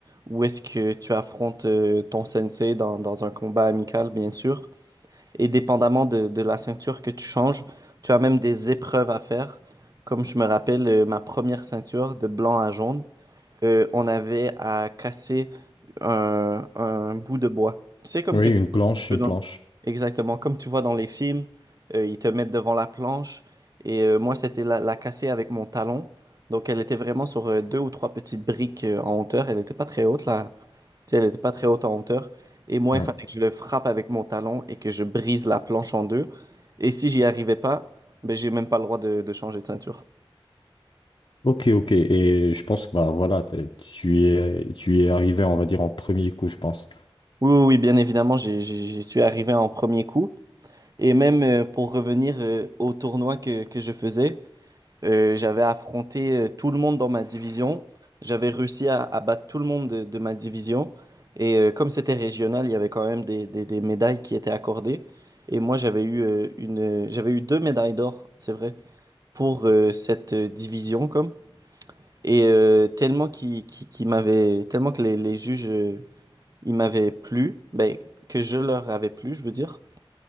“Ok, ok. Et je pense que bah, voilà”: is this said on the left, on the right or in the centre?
Left